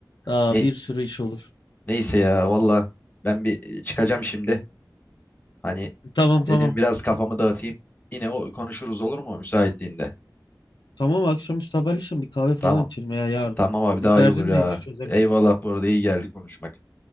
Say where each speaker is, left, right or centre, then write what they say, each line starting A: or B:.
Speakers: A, on the left (about 75°); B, on the left (about 25°).
A: Daha
B: Ne,
A: bir sürü iş olur.
B: neyse ya valla ben bir e, çıkacağım şimdi. Hani
A: Tamam tamam
B: dedim biraz kafamı dağıtayım. Yine o konuşuruz olur mu müsaitliğinde?
A: Tamam akşamüstü haberleşelim bir kahve falan
B: Tamam.
A: içelim veya yarın.
B: Tamam abi
A: Bir
B: daha
A: derdin
B: iyi olur ya.
A: neymiş çözelim.
B: Eyvallah bu arada iyi geldi konuşmak.